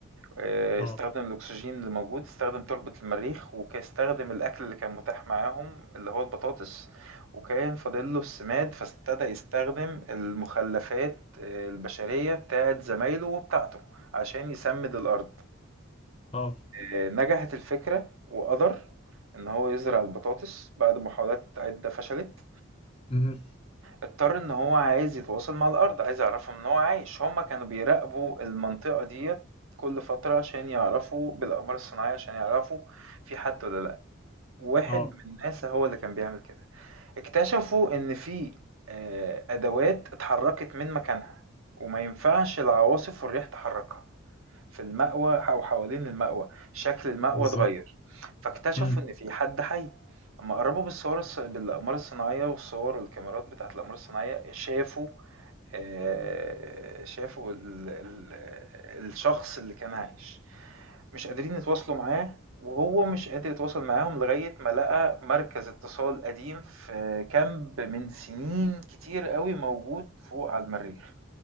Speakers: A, on the right; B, on the left.
A: آه،
B: اه
A: استخدم الأكسجين اللي موجود استخدم تربة المريخ وكاستخدم الأكل اللي كان متاح معاهم اللي هو البطاطس وكان فاضله السماد فابتدى يستخدم المخلفات آه، البشرية بتاعت زمايله وبتاعته عشان يسمد الأرض
B: اه
A: آه، نجحت الفكرة وقدر إن هو يزرع البطاطس بعد محاولات عدة فشلت
B: مم.
A: اضطر ان هو عايز يتواصل مع الارض عايز يعرفهم ان هو عايش هما كانوا بيراقبوا المنطقة ديت كل فترة عشان يعرفوا بالاقمار الصناعية عشان يعرفوا في حد ولا لا واحد
B: اه
A: من ناسا هو اللي كان بيعمل كده اكتشفوا ان في آه، ادوات اتحركت من مكانها وما ينفعش العواصف والريح تحركها في المأوى أو حوالين المأوى شكل المأوى
B: بالظبط
A: اتغير فاكتشفوا
B: مم.
A: إن في حد حي لما قربوا بالصور الص... بالأقمار الصناعية والصور والكاميرات بتاعة الأقمار الصناعية شافوا آه، شافوا ال... ال... الشخص اللي كان عايش مش قادرين يتواصلوا معاه وهو مش قادر يتواصل معاهم لغاية ما لقى مركز اتصال قديم في كامب من سنين كتير قوي موجود فوق على المريخ